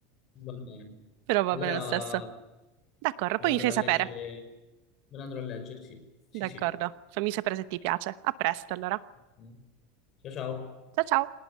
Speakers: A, on the left; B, on the right.
A: Va bene.
B: però va
A: Allora
B: bene lo stesso.
A: me
B: D'accordo,
A: lo
B: poi
A: andrò
B: mi fai
A: a leggere.
B: sapere.
A: Me lo andrò a leggere, sì. Sì,
B: D'accordo,
A: sì.
B: fammi sapere se ti piace. A presto allora.
A: Ok. Ciao, ciao.
B: Ciao ciao.